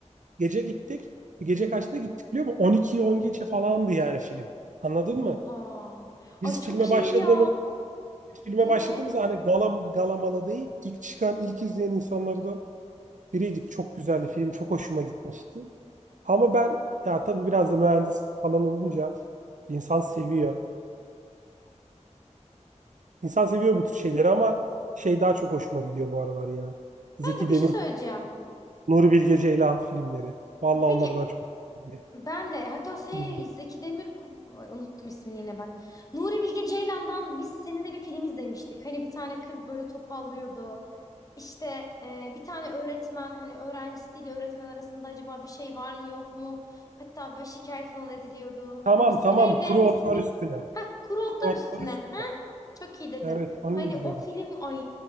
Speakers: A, on the right (about 85°); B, on the left (about 30°).
A: gece gittik. Gece kaçta gittik biliyor musun? 12'ye 10 geçe falandı yani film. Anladın
B: Oha.
A: mı? Biz
B: Ay çok
A: filme
B: iyi
A: başladığımız
B: ya.
A: filme
B: Ee,
A: başladığımızda hani galam, galamalı değil. ilk çıkan, ilk izleyen insanlardan biriydik. Çok güzeldi film. Çok hoşuma gitmişti. Ama ben ya tabii biraz da mühendis falan olunca insan seviyor. İnsan seviyor bu tür şeyleri ama şey daha çok hoşuma gidiyor bu aralar ya. Zeki
B: kanka bir
A: Demir,
B: şey söyleyeceğim.
A: Nuri Bilge Ceylan filmleri. Vallahi
B: Peki
A: onlar daha çok hoşuma gidiyor.
B: Ben de hatta şey
A: filmleri.
B: Zeki Demir Ay, unuttum ismini yine bak. Nuri Bilge Ceylan'dan biz seninle bir film izlemiştik. Hani bir tane kız böyle topallıyordu. İşte e, bir tane öğretmen hani öğrencisiyle öğretmen arasında acaba bir şey var mı yok mu? Hatta böyle şikayet falan ediliyordu.
A: Tamam
B: İsmi
A: tamam.
B: neydi?
A: Kuru otlar
B: İsmini
A: üstüne.
B: Heh, Kuru Otlar
A: Kuru otlar
B: Üstüne.
A: üstüne.
B: Ha? Çok iyi dedin.
A: Evet onu
B: Hani
A: izledik.
B: o film ay